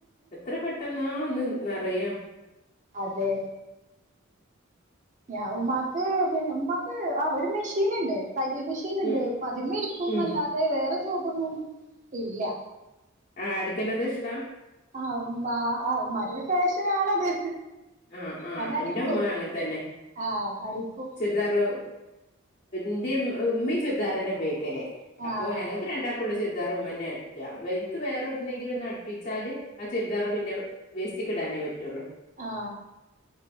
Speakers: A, on the left; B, on the right.
A: എത്ര പെട്ടെന്നാ ഒന്ന് നറയാ
B: അതെ ഞ ഉമ്മാക്ക് പിന്നെ മ്മാക്ക് ആഹ് ഒരു മെഷീന്‌ണ്ട് തയ്യൽ മെഷീൻ ഷീനിണ്ട്
A: ഉം
B: പ്പ അതിമ്മരിക്കുന്നല്ലാതെ
A: ഉം
B: വേറെ ജോബൊന്നും ഇല്ല.
A: ആഹ് അടിക്കണെത് ഇഷ്ടാ
B: ആഹ് ഉമ്മാ അ ഉമ്മാടൊരു ഫേഷനാണത്..
A: ആഹ് ആഹ്
B: അവ്നെടിക്കും,
A: എന്റെ ഉമ്മ അങ്ങനെ തന്നെ
B: ആഹ് അടിക്കും..
A: ചുരിദാറ് ന്റ ഇമ്മ ചുരിദാറുതന്ന ഉപയോഗിക്കല് അപ്പോ
B: ആഹ്
A: ഞങ്ങക്ക് രണ്ടാക്കു ഫുള്ള് ചുരുദാർ ഉമ്മന്ന അടിക്ക. എന്ക് വേറെവിടുന്നെങ്കിലും ഒന്ന അടുപ്പിച്ചാല് ആ ചുരിദാർ പിന്നെ വേസ്റ്റിക്കിടാനേ പറ്റൊള്ളൂ..
B: ആ.